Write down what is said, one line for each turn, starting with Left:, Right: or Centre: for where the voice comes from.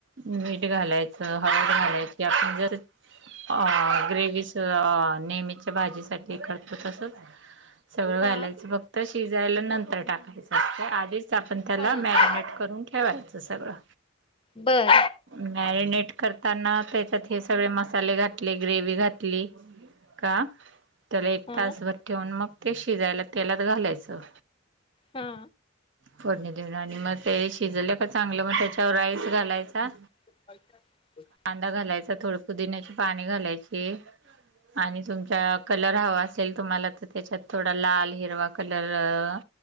Right: मीठ घालायचं हळद घालायची आपण जर अ ग्रेवीस नेहमीच्या भाजीसाठीही करतो तसंच सगळं
Left: हा
Right: घालायचं. तर शिजायला नंतर टाकायचं असते आधीच आपण त्याला
Left: हा
Right: मॅरिनेट करून ठेवायचं सगळं.
Left: बर
Right: मॅरिनेट करताना त्याच्यात हे सगळे मसाले घातले, ग्रेवी घातली का? त्याला एक
Left: हा
Right: तासभर ठेवून, मग ते शिजायला तेलात घालायचं.
Left: हा!
Right: फोडणी देऊन आणि मग ते शिजलं का चांगलं, मग त्याच्यावर राईस घालायचा
Left: <unintelligible>
Right: कांदा घालायचा थोडं पुदिन्याची पाने घालायची आणि तुमच्या कलर हवा असेल तुम्हाला तर त्याच्यात थोडा लाल, हिरवा, कलर